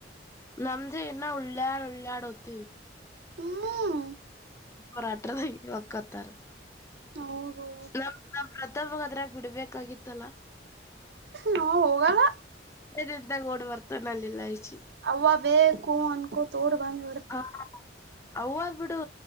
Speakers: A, on the left (about 15°); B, on the right (about 70°).
A: ನಮ್ಮದು ಎ್ಣ ಉಳ್ಳಾಡ್ ಉಳ್ಳಾಡ್ ಒತ್ತು
B: ಹ್ಮ್
A: ಅವರು ಅಟ್ರದಿ ಒಕ್ಕತಾರ
B: ಹೌದು
A: ಹಲ ಪ್ರತಬ್ದಾಗ ಬಿಡ್ಬೇಕು <unintelligible> ಾಗಿತ್ತಲ್ಲ
B: ನಾ ಹೋಗಲ್ಲ
A: ಇದ ಓಡ್ ಬರ್ತಾನ ಅಲ್ಲಿಿಲ್ಲಷ್ಟ
B: ಅವ್ವ ಬೇಕು ಅನ್ಕೊ ತೋಡ್ ಬಂದ್ಬ
A: ಹಾ ಅವಾಗ್ ಬಿಿಡು